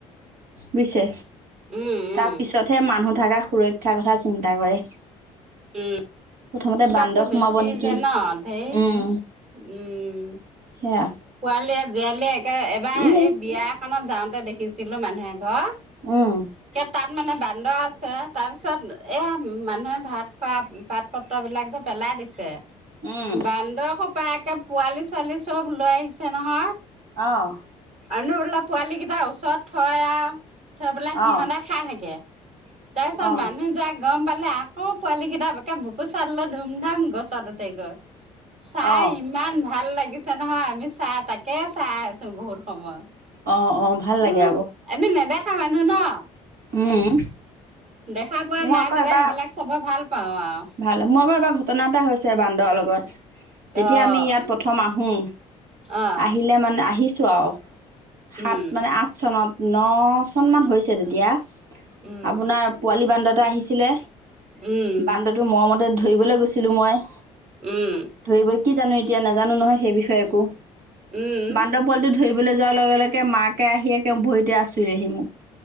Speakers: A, on the right (about 70°); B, on the right (about 45°).
A: বিছে
B: উম উম
A: তাৰ পিছতহে মানুহ থকা সুৰক্ষাৰ কথা চিন্তা কৰে
B: উম।
A: প্ৰথমতে
B: পাতটো
A: বান্দৰ
B: বেছি
A: সোমাব নেকি
B: যে ন ধেৰ
A: উম
B: উম
A: সেয়া
B: পোৱালীয়ে জীয়ালীয়ে একে এবাৰ
A: ই
B: এই বিয়া এখনত যাওঁতে দেখিছো ছিলো মানুহে ঘৰ
A: উম
B: তাত মানে বান্দৰ তাৰপিছত এইয়া মানুহে ভাত খোৱা পাত প্ৰ বিলাক যে পেলাই দিছে
A: উম
B: বান্দৰ সোপা একে পোৱালি ছোৱালী চব লৈ আহিছে নহয়।
A: আহঁ
B: অনব পোৱালীিকেইটা ওচৰত থৈ আৰু থৈবিলাক
A: অ
B: সিহঁতে খাই থাকে তাৰপিছত
A: অ
B: মানুহ যাক গম পালে। অ পোৱালী কেইটা একে বুক পুচাৰ ল ধুম ধাম গছত উঠাই গছ। চাই
A: অ
B: ইমান ভাল লাগিছে পছে নহয় আমি চাই তাকে চাই আছো বহুত সময়।
A: অ অ ভাল
B: উ
A: লাগে
B: আমি নেদেখা মানুহ ন
A: হম
B: দেখা পোৱা
A: মোৰ
B: নাই
A: আকৌ
B: যেতিয়া
A: এবাৰ
B: সেইবিলাক চাব ভাল পাওঁ আও।
A: ভাল মোৰ আকৌ এবাৰ ঘটনা এটা হৈছে বান্দৰ ত লগত যেতিয়া
B: অ',
A: আমি ইয়াত প্ৰথম আ হম
B: অ',
A: আহিলে মানে আহি যাও সাত
B: উম,
A: মানে আঠ চনত ন চনমান হৈছে তেতিয়া
B: উম,
A: আপোনাৰ পোৱালী বান্দত আহিছিলে
B: উম,
A: বান্দটো মৰমত তাতে ধৰিবলৈ গৈছিলো মই
B: উম
A: ধৰিবলৈ কি জানো এতিয়া নাজানো নহয় সেই বিষয়ে একো
B: উম,
A: বান্দৰ পোৱালিটো ধৰিব লৈ যোৱাৰ লগে লগে মাকে আহি একে ভৰিতে আছোৰিলে হী মোক